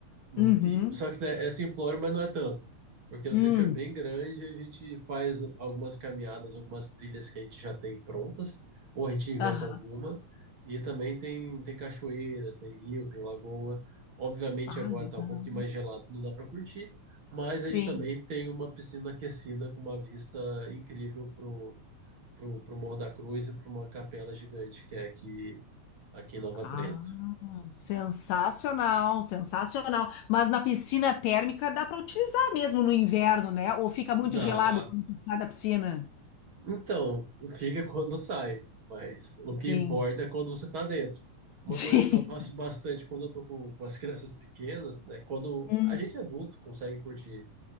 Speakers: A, on the right (about 50°); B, on the left (about 80°).
A: O-
B: Uhum.
A: e- só que né, é simplório, mas não é tanto. Porque o
B: Hum.
A: sítio é bem grande, a gente faz algumas caminhadas, algumas trilhas que a gente já tem prontas, ou a gente inventa
B: Aham.
A: alguma. E também tem, tem cachoeira, tem rio, tem lagoa. Obviamente
B: Ah,
A: agora
B: legal.
A: tá um pouquinho mais gelado, não dá para curtir, mas
B: Sim.
A: a gente também tem uma piscina aquecida com uma vista incrível pro, pro, pro Morro da Cruz e para uma capela gigante que é aqui, aqui em Nova
B: Ah,
A: Trento.
B: sensacional, sensacional. Mas na piscina térmica dá para utilizar mesmo no inverno, né? Ou fica muito
A: Dá.
B: gelado quando tu sai da piscina?
A: Então, fica quando sai, mas o que
B: Sim,
A: importa é quando você está dentro. Uma
B: <laughs> sim.
A: coisa que eu faço bastante quando eu tô com, com as <laughs> crianças pequenas, né? Quando
B: Hum,
A: a gente é adulto consegue curtir